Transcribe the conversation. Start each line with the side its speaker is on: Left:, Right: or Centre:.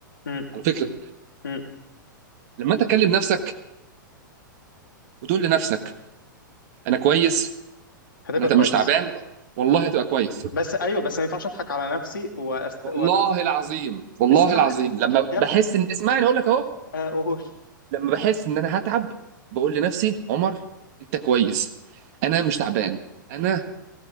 Left: مم.
Right: على فكره
Left: مم.
Right: لما انت تكلم نفسك وتقول لنفسك انا كويس
Left: هتبقى
Right: انا ت-
Left: كويس
Right: مش تعبان والله هتبقى كويس
Left: بس ايوه بس ما ينفعش اضحك على نفسي وأست...
Right: والله العظيم والله
Left: واسمعها
Right: العظيم لما
Left: يبقى
Right: بحس ان اسمعني اقول لك اهو
Left: اقول
Right: لما بحس ان انا هتعب بقول لنفسي عمر انت كويس انا مش تعبان انا